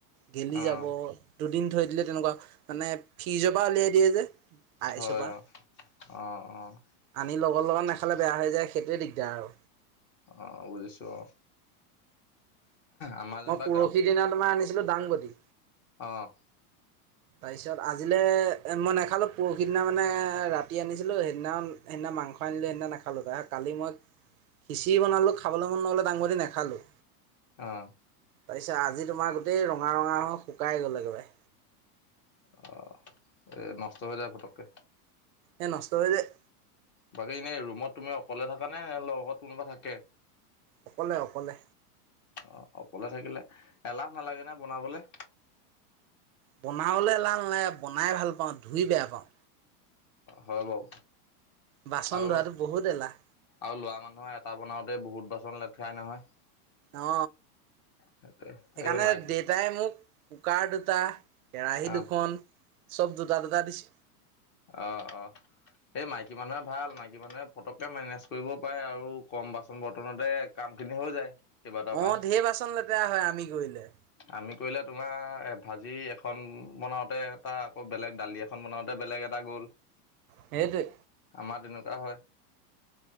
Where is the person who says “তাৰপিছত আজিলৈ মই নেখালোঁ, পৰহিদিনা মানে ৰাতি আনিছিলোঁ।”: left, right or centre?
Right